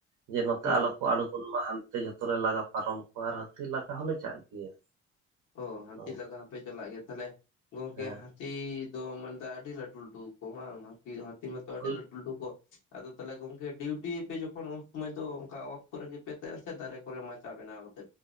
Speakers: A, on the right (about 80°); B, on the left (about 90°).
A: ᱡᱮ ᱱᱚᱛᱮ
B: ᱦᱩᱸ
A: ᱟᱞᱚ ᱠᱚ ᱟᱬᱜᱚᱱ ᱢᱟ ᱦᱟᱱ ᱛᱮ ᱡᱷᱚᱛᱚ ᱞᱮ ᱞᱟᱜᱟ ᱯᱟᱨᱚᱢ ᱠᱚᱣᱟ ᱟᱨ ᱦᱟᱹᱛᱤ ᱞᱟᱜᱟ ᱦᱚᱞᱮ ᱪᱟᱜ ᱜᱮᱭᱟ
B: ᱚ ᱦᱟᱹᱛᱤ
A: ᱱᱚᱝᱠᱟ
B: ᱞᱟᱜᱟ ᱦᱚᱸᱯᱮ ᱪᱟᱞᱟᱜ ᱜᱮᱭᱟ ᱛᱟᱦᱞᱮ ᱜᱚᱝᱠᱮ
A: ᱦᱮᱸ
B: ᱦᱟ ᱦᱟᱹᱛᱤ ᱫᱚ ᱢᱟᱱᱛᱮ ᱟᱹᱰᱤ ᱞᱟᱹᱴᱩ ᱞᱟᱹᱴᱩ ᱟᱠᱚ ᱦᱟᱝ ᱦᱟᱹᱛᱤ ᱢᱟᱛᱚ ᱟᱹᱰᱤ
A: ᱳᱭ
B: ᱞᱟᱹᱴᱩ ᱞᱟᱹᱴᱩ ᱠᱚ ᱟᱫᱚ ᱛᱟᱦᱚᱞᱮ ᱜᱚᱝᱠᱮ ᱰᱤᱭᱩᱴᱤ ᱭᱟᱯᱮ ᱡᱚᱠᱷᱚᱱ ᱩᱱ ᱥᱚᱢᱚᱭ ᱫᱚ ᱚᱱᱠᱟ ᱚᱛ ᱠᱚᱨᱮ ᱜᱮ ᱯᱮ ᱛᱟᱦᱮᱸᱱᱟ ᱥᱮ ᱫᱟᱨᱮ ᱠᱚᱨᱮ ᱢᱟᱪᱟ ᱵᱮᱱᱟᱣ ᱠᱟᱛᱮ